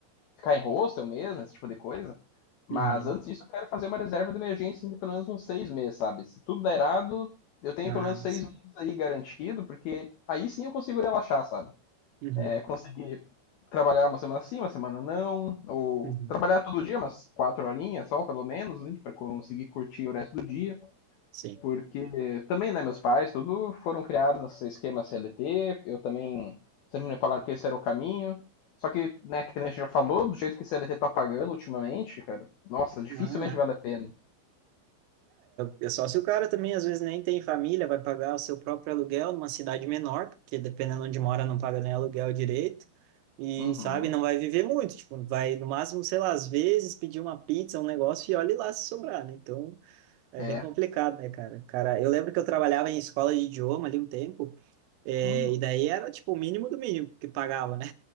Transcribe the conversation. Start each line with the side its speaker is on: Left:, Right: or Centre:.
Left: ficar em hostel mesmo, esse tipo de coisa. Mas
Right: Uhum.
Left: antes disso, eu quero fazer uma reserva de emergência de pelo menos uns seis meses, sabe? Se tudo der errado, eu tenho
Right: Ah,
Left: pelo menos seis
Right: sim.
Left: meses aí garantido, porque aí sim eu consigo relaxar, sabe?
Right: Uhum.
Left: É, conseguir trabalhar uma semana sim, uma semana não, ou
Right: Uhum.
Left: trabalhar todo dia, umas quatro horinhas só, pelo menos, né, para conseguir curtir o resto do dia.
Right: Sim.
Left: Porque também, né, meus pais, tudo foram criados nesse esquema CLT, eu também sempre me falaram que esse era o caminho. Só que, né, que a gente já falou, do jeito que o CLT tá pagando ultimamente, cara, nossa, dificilmente
Right: Não, não.
Left: vale a pena.
Right: É, é só se o cara também às vezes nem tem família, vai pagar o seu próprio aluguel numa cidade menor, porque dependendo onde mora não paga nem aluguel direito, e
Left: Uhum.
Right: sabe, não vai viver muito, tipo, vai no máximo, sei lá, às vezes pedir uma pizza, um negócio e olhe lá se sobrar, né? Então é
Left: É.
Right: bem complicado, né, cara? Cara, eu lembro que eu trabalhava em escola de idioma ali um tempo, é,
Left: Hum,
Right: e daí era tipo o mínimo do mínimo que pagava, né?